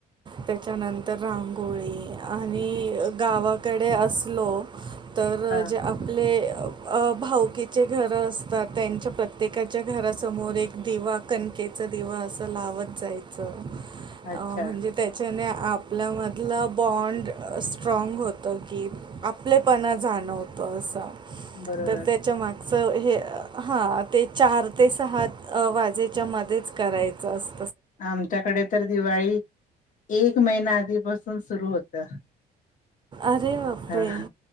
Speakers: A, on the right; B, on the left.
A: त्याच्यानंतर रांगोळी आणि अ - गावाकडे असलो. तर
B: हा
A: जे आपले! अ भाऊकीचे घरं असतात त्यांच्या प्रत्येकाच्या घरासमोर एक दिवा कणकेचा दिवा असं लावत जायचं.
B: अच्छा
A: अ म्हणजे त्याच्याने आ आपल्यामधलं बॉन्ड असन स्ट्राँग होतं की आपलेपणा जाणवतो असं.
B: बरोबर
A: तर त्याच्या मा अस हे हा ते चार ते सहात अ वाजे च्या मध्येच करायचं अस
B: आमच्याकडे तर दिवाळीत एक महिना आधीपासून सुरू होत.
A: अरे! बापरे
B: ह ह